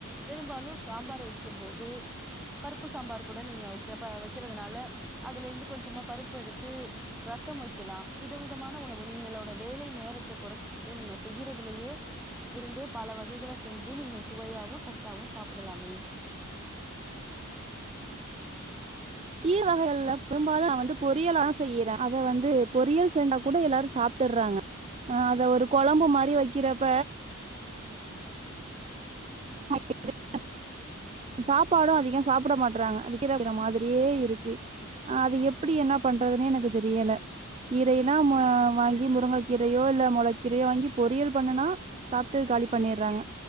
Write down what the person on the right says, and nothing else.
கீர் வகைகள் எல்லா பெரும்பாலு நா வந்து பொரியல தா செய்யற அத வந்து பொரியல் செஞ்சா கூட எல்லாரு சாப்பட்றாங்க ஆ அத ஒரு கொழம்பு மாரி வக்கிறப்ப <inaudible> சாப்பாடு அதிகம் சாப்ட மாட்றாங்க அது <inaudible> மாதிரியே இருக்கு அது எப் அப்டி என்ன பண்றதுன்னே எனக்கு தெரியல கீரைனா வ முருங்கை கீரையோ இல்ல மொளக்கீரையோ வாங்கி பொரியல் பண்ணுனா சாப்ட்டு காலி பண்ணிட்றாங்க